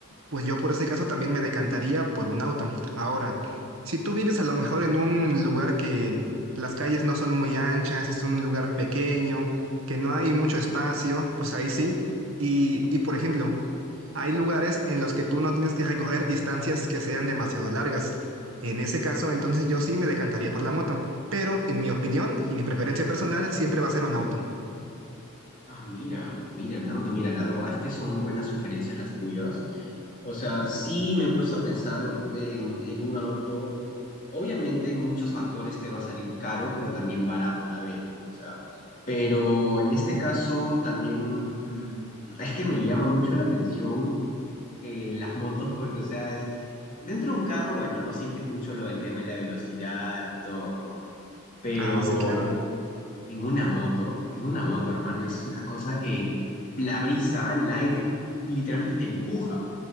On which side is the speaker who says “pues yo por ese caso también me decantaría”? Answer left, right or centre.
Right